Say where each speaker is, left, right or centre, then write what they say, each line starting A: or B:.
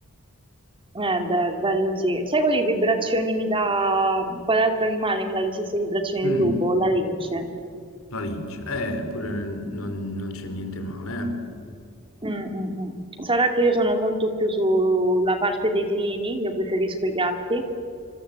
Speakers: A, on the right; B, on the left.
A: Eh beh, bello sì. Sai quali vibrazioni mi dà, quale altro animale mi dà le stesse vibrazioni
B: Mm.
A: del lupo? La lince.
B: La lince, eh, pure non, non c'è niente male.
A: Mm, mm, mm. Sarà che io sono molto più sulla parte dei felini, io preferisco i gatti.